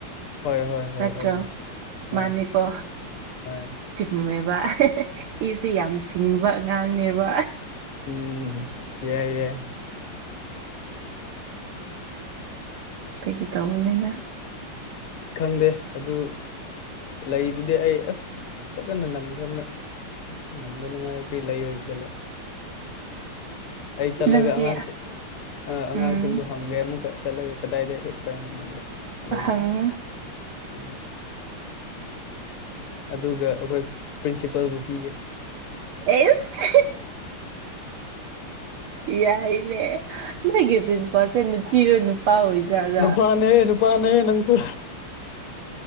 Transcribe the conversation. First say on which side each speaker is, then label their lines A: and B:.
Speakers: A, on the left; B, on the right.
A: ꯍꯣꯏ ꯍꯣꯏ ꯍꯣꯏ
B: ꯅꯠꯇ꯭ꯔꯣ
A: ꯑꯩꯅꯦ ꯍꯣꯏ
B: ꯃꯥꯅꯤꯀꯣ
A: ꯍꯣꯏ
B: ꯆꯨꯝꯃꯦꯕ ꯏꯁꯦ ꯌꯥꯝ ꯁꯤꯡꯕ ꯑꯉꯥꯡꯅꯦꯕ
A: ꯎꯝ ꯌꯥꯏ ꯌꯥꯏ
B: ꯐꯒꯤ ꯇꯧꯕꯅꯤꯗ
A: ꯈꯪꯗꯦ ꯑꯗꯨ ꯂꯩꯗꯨꯗꯤ ꯑꯩ ꯑꯁ ꯐꯖꯅ ꯅꯝꯈ꯭ꯔꯕꯅꯦ ꯅꯝꯕ ꯅꯨꯡꯉꯥꯏ ꯀ꯭ꯔꯤ ꯂꯩ ꯑꯣꯏꯕꯗꯠꯂꯣ ꯑꯩ ꯆꯠꯂꯒ
B: ꯅꯪꯗꯤ
A: ꯑꯉꯥꯡꯁꯤꯡ ꯑꯉꯥꯡꯁꯤꯡꯕꯨ
B: ꯎꯝ
A: ꯐꯪꯒꯦ ꯑꯃꯨꯛꯀ ꯆꯠꯂꯒ ꯀꯗꯥꯏꯗ ꯍꯦꯛꯄ꯭ꯔꯥ ꯍꯥꯏꯅ ꯃꯣꯏꯕꯨ ꯂꯩꯗꯨ
B: ꯑꯍꯪ
A: ꯎꯝ ꯑꯗꯨꯒ ꯑꯩꯈꯣꯏ ꯄ꯭ꯔꯤꯟꯁꯤꯄꯜꯕꯨ ꯄꯤꯒꯦ
B: ꯑꯦꯁ ꯋꯏꯅꯦ ꯅꯣꯏꯒꯤ ꯄ꯭ꯔꯤꯟꯁꯤꯄꯥꯜꯁꯦ ꯅꯨꯄꯤꯔꯣ ꯅꯨꯄꯥꯑꯣꯖꯔ
A: ꯅꯨꯄꯥꯅꯦ ꯅꯨꯄꯥꯅꯦ ꯅꯪꯁꯨ